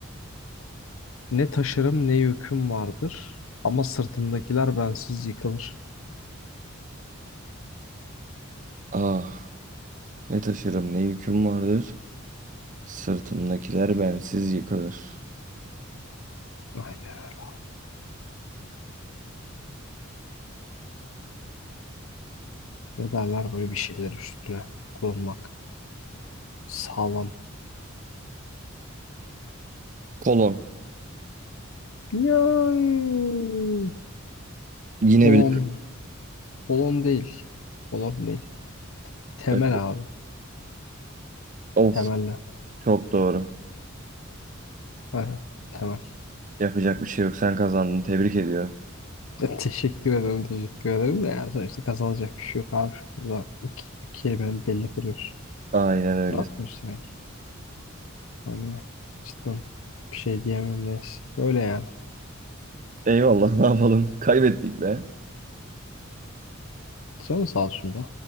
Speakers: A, on the left; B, on the right.
A: Ne taşırım ne yüküm vardır. Ama sırtımdakiler bensiz yıkılır.
B: Ah ne taşırım ne yüküm vardır. Sırtımdakiler bensiz yıkılır.
A: Aynen öyle. Ne derler böyle bir şeyler üstüne kurulmak. Sağlam
B: Kolon.
A: Yani
B: Yine
A: kolon,
B: bile.
A: kolon değil. Kolon değil. Temel
B: <laughs>
A: abi.
B: Of
A: Temelle.
B: çok doğru.
A: Aynen. Temel.
B: Yapacak bir şey yok sen kazandın tebrik ediyorum.
A: E, <laughs> Teşekkür ederim, teşekkür ederim de yani sonuçta kazanacak bir şey yok abi. Şurada iki, bir kelimenin belli kırıyoruz.
B: Aynen öyle.
A: Ne yapıyoruz sanki? Hani cidden bir şey diyemem neyse. Öyle yani.
B: Eyvallah <laughs> ne yapalım kaybettik be.
A: Canın sağ olsun be.